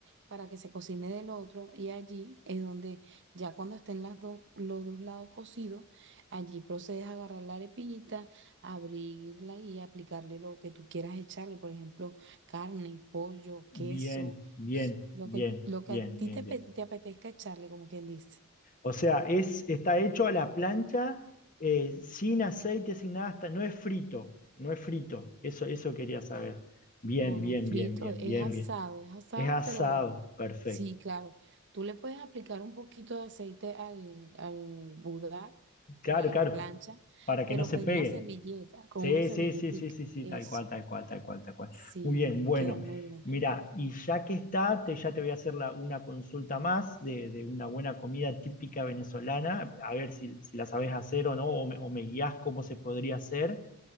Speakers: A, on the right; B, on the left.
A: para que se cocine del otro y allí es donde ya cuando estén las dos, los dos lados cocidos, allí procedes a agarrar la arepita, abrirla y aplicarle lo que tú quieras echarle, por ejemplo, carne, pollo,
B: Bien,
A: queso,
B: bien,
A: s- lo
B: bien,
A: que, lo
B: bien,
A: que a ti
B: bien,
A: te,
B: bien.
A: pe- te apetezca echarle, como quien dice.
B: O sea, es, está hecho a la plancha, eh, sin aceite, sin nada, hasta- no es frito, no es frito. Eso, eso quería saber. Bien,
A: No, no
B: bien,
A: es frito,
B: bien, bien,
A: es
B: bien,
A: asado,
B: bien.
A: es asado,
B: Es asado,
A: pero
B: perfecto.
A: sí, claro. Tú le puedes aplicar un poquito de aceite al, al budar
B: Claro,
A: o a la
B: claro,
A: plancha,
B: para que
A: pero
B: no se
A: con
B: pegue.
A: una servilleta, con
B: Sí,
A: una servilletica,
B: sí, sí, sí, sí, sí,
A: eso.
B: tal cual, tal cual, tal cual, tal cual.
A: Sí,
B: Muy bien, bueno.
A: queda muy buena.
B: Mira, y ya que está, te, ya te voy a hacer la- una consulta más de, de una buena comida típica venezolana, a ver si, si la sabes hacer o no, o me, o me guías cómo se podría hacer.